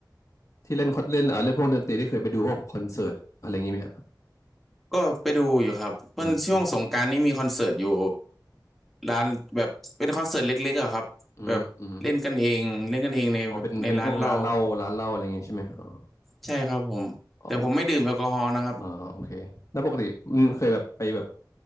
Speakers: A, on the left; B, in the centre.
A: ที่เล่นคอนเล่นเออเล่นพวกดนตรีที่เคยไปดูพวกคอนเสิร์ตอะไรอย่างงี้ไหมฮะ
B: ก็ไปดูอยู่ครับเพื่อนช่วงสงกรานต์นี่มีคอนเสิร์ตอยู่
A: อืม
B: ร้านแบบเป็นคอนเสิร์ตเล็กๆอะครับแบบเล่นกันเองเล่นกันเองในแบบในร้านเรา
A: อืมอืมอ๋อเป็นเป็นพวกร้านเหล้าร้านเหล้าอะไรอย่างงี้ใช่ไหมอ๋อ
B: ใช่ครับผมแต่ผมไม่ดื่มแอลกอฮอล์นะครับ
A: อ๋อปก อ่าโอเคแล้วปกติมันเคยแบบไปแบบ